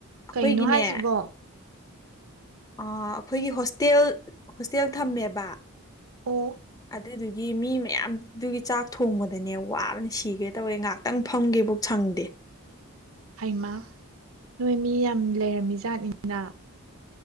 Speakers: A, on the left; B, on the right.
A: ꯑꯩꯈꯣꯏꯒꯤꯅꯦ
B: ꯀꯩꯅꯣ ꯍꯥꯏꯁꯤꯕꯣ꯫
A: ꯑꯩꯈꯣꯏꯒꯤ ꯍꯣꯁꯇꯦꯜ ꯍꯣꯁꯇꯦꯜ ꯊꯝꯃꯦꯕ
B: ꯑꯣ꯫
A: ꯑꯗꯨꯗꯨꯒꯤ ꯃꯤ ꯃꯌꯥꯝꯗꯨꯒꯤ ꯆꯥꯛ ꯊꯣꯡꯕꯗꯅꯦ ꯋꯥꯕꯅ ꯁꯤꯒꯦ ꯇꯧꯋꯦ ꯉꯥꯏꯍꯥꯛꯇꯪ ꯐꯝꯒꯦꯕꯨ ꯁꯪꯗꯦ
B: ꯍꯩꯃ ꯅꯣꯏ ꯃꯤ ꯌꯥꯝ ꯂꯩꯔꯝꯃꯤ ꯖꯥꯠꯅꯤꯅ꯫